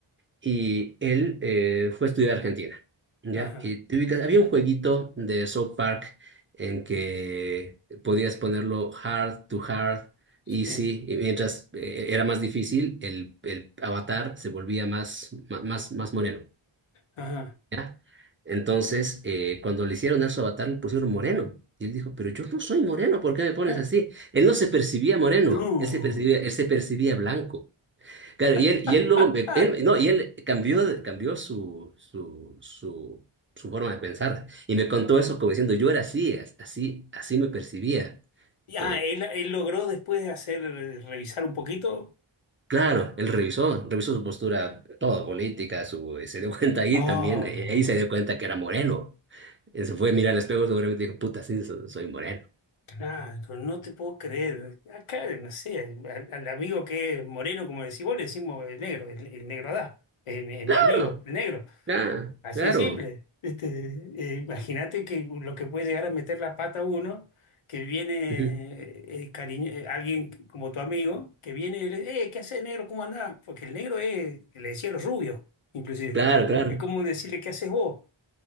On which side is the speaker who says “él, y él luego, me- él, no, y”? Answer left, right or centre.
Right